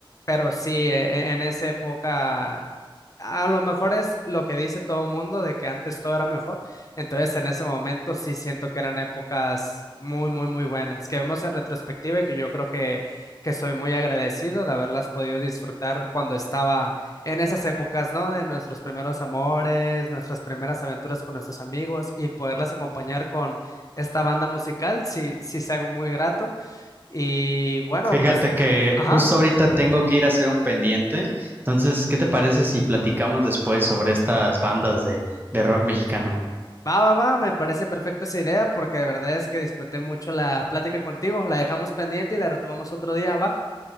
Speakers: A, on the left (about 40°); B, on the right (about 20°).
A: Pero sí, e- e- en esa época a lo mejor es lo que dice todo el mundo de que antes todo era mejor. Entonces, en ese momento sí siento que eran épocas muy, muy, muy buenas, que vemos en retrospectiva y que yo creo que, que soy muy agradecido de haberlas podido disfrutar cuando estaba en esas épocas, ¿no? De nuestros primeros amores, nuestras primeras aventuras con nuestros amigos y poderlas acompañar con esta banda musical, sí, sí es algo muy grato. Y bueno,
B: Fíjate
A: pues,
B: que
A: ajá.
B: justo ahorita tengo que ir a hacer un pendiente. Entonces, ¿qué te parece si platicamos después sobre estas bandas de, de rock mexicano?
A: Va, va, va, me parece perfecta esa idea porque de verdad es que disfruté mucho la plática contigo. La dejamos pendiente y la retomamos otro día, va.